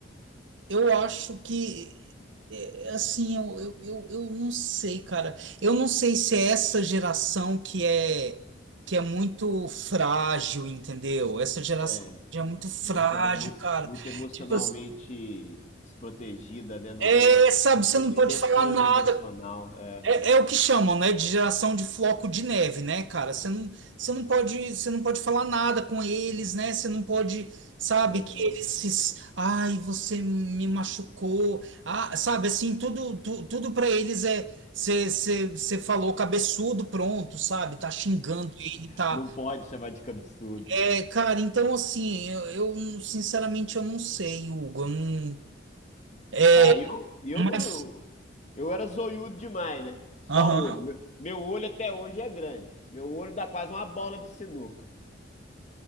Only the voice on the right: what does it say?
Eu acho que, é, assim, eu, eu, eu, eu não sei, cara. Eu não sei se é essa geração que é, que é muito frágil, entendeu? Essa geração
que é muito frágil,
cara.
Tipo assim,
é,
sabe, você
não
pode
falar nada,
é, é o que chamam, né, de geração de floco de neve, né, cara? Você não, você não pode, você não pode falar nada com eles, né? Você não pode, sabe,
que eles, se- ai, você me machucou, ah, sabe, assim, tudo, tu- tudo para eles é, você você- você falou cabeçudo, pronto, sabe? Tá xingando ele, tá?
É, cara, então assim, eu, eu, sinceramente eu não sei, Hugo, eu não, é,
mas,
aham.